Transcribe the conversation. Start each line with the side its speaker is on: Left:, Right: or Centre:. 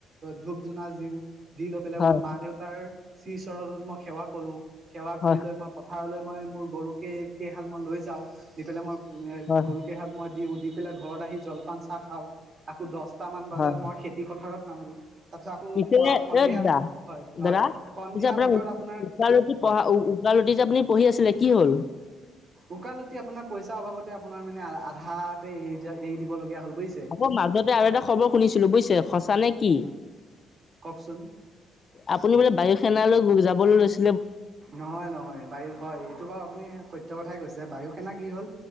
Right: ধূপ ধূনা দিও, দি লৈ পেলাই
Left: হয়
Right: মই মা দেউতাৰ শ্ৰী চৰণত মই সেৱা কৰো, সেৱা
Left: হয়
Right: কৰি লৈ মই পথাৰলৈ, হয় মোৰ গৰুকে কেইশালমান লৈ যাওঁ। নি পেলাই মই এ
Left: হয়
Right: গৰু কেইশাল ম‌ই দিওঁ। দি পেলাই ঘৰত আহি জলপান চাহ খাওঁ, আকৌ দহটামান বজাত
Left: হয়
Right: মই খেতি পথাৰত নামো। তাৰপিছত আকৌ
Left: পিছে
Right: পুৱা
Left: এ
Right: সন্ধিয়া-হয়
Left: দাদা দাদা
Right: হয়। সন্ধিয়া
Left: পিছে আপোনাৰ
Right: ভাগত
Left: ওকালতি পঢ়া,
Right: হয়
Left: উ-উকালতি যে আপুনি পঢ়ি আছিলে, কি হ'ল?
Right: উকালতি আপোনাৰ পইচাৰ অভাৱতে আপোনাৰ মানে আধাতে এৰি দিয়া এৰি দিবলগীয়া হ'ল বুজিছে
Left: আকৌ মাজতে আৰু এটা খবৰ শুনিছিলো। বুজিছে সঁচা নে কি?
Right: কওকচোন
Left: আপুনি বোলে বায়ু সেনালৈ যাবলৈ লৈছে
Right: নহয় নহয় বায়ু হয় এইটো বাৰু আপুনি সত্য কথাই কৈছে বায়ু সেনা কি হ'ল